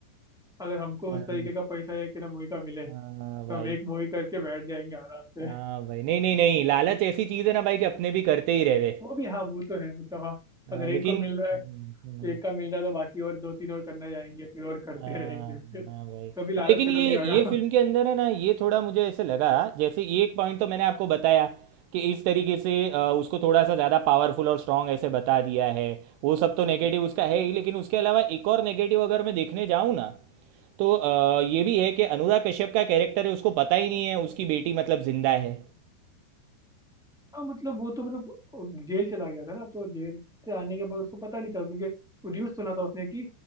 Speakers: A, in the centre; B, on the right.
A: <laughs> अगर हमको
B: हाँ
A: उस तरीके का पैसा एक ना मूवी का मिले
B: हाँ
A: तो
B: भाई
A: हम एक मूवी करके बैठ जाएंगे आराम से
B: हाँ भाई नहीं नहीं नहीं लालच ऐसी चीज़ है ना भाई कि अपने भी करते ही रहे
A: वो भी हाँ वो तो है मतलब हाँ
B: हाँ,
A: अगर एक
B: लेकिन
A: को मिल रहा
B: हम्म,
A: है
B: हम्म।
A: एक का मिल रहा है तो बाकी और दो तीन और करना जाएंगे फिर और करते
B: हाँ
A: रहेंगे फिर
B: हाँ भाई
A: कभी लालच
B: और लेकिन
A: खत्म
B: ये
A: नहीं होगा
B: ये फिल्म के अंदर है ना ये थोड़ा मुझे ऐसे लगा जैसे ये एक पॉइंट तो मैंने आपको बताया कि इस तरीके से अ, उसको थोड़ा सा ज़्यादा पावरफुल और स्ट्रांग ऐसे बता दिया है वो सब तो
A: हम्म।
B: नेगेटिव उसका है ही लेकिन उसके अलावा एक और नेगेटिव अगर मैं देखने जाऊँ ना तो अ, ये भी है कि अनुराग कश्यप का कैरेक्टर है उसको पता ही नहीं है उसकी बेटी मतलब जिंदा है
A: हाँ मतलब वो तो मतलब वो जेल चला गया था ना तो जेल से आने के बाद उसको पता नहीं था क्योंकि न्यूज सुना था उसने कि